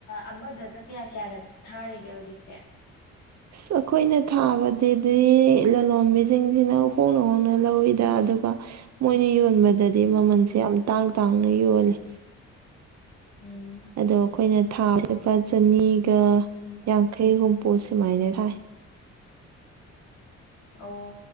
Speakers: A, on the left; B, on the right.
A: ꯑꯃꯗꯗ ꯀꯌꯥ ꯀꯌꯥꯒ ꯊꯥꯔꯤꯒꯦ ꯍꯧꯖꯤꯛꯁꯦ
B: ꯑꯁ ꯑꯩꯈꯣꯏꯅ ꯊꯥꯕꯗꯗꯤ ꯂꯂꯣꯟꯕꯤꯁꯤꯡꯁꯤꯅ ꯍꯣꯡꯅ ꯍꯣꯡꯅ ꯂꯧꯋꯤꯗ ꯑꯗꯨꯒ ꯃꯣꯏꯅ ꯌꯣꯟꯕꯗꯗꯤ ꯃꯃꯜꯁꯦ ꯌꯥꯝ ꯇꯥꯡ ꯇꯥꯡꯅ ꯌꯣꯜꯂꯤꯦ
A: ꯎꯝ
B: ꯑꯗꯣ ꯑꯩꯈꯣꯏꯅ ꯊꯥ ꯂꯨꯄꯥ ꯆꯅꯤ
A: ꯎꯝ
B: ꯌꯥꯡꯈꯩ ꯍꯨꯝꯐꯨ ꯁꯨꯃꯥꯏꯅ ꯊꯥꯏ
A: ꯑꯣ